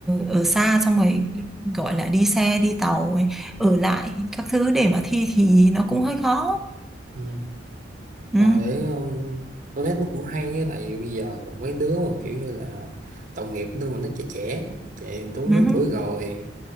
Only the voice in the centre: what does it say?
ở xa xong rồi gọi là đi xe đi tàu ấy, ở lại các thứ để mà thi thì nó cũng hơi khó
ừ.
Ừ.